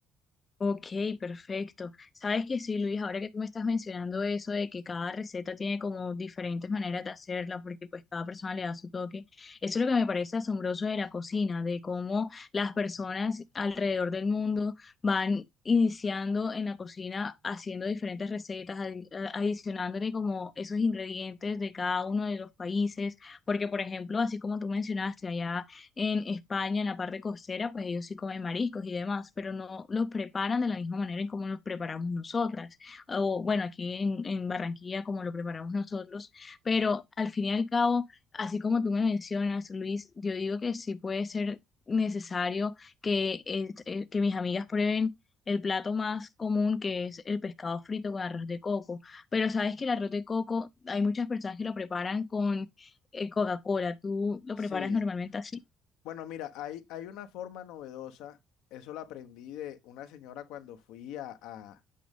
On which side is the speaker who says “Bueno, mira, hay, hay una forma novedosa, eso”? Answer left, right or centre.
Left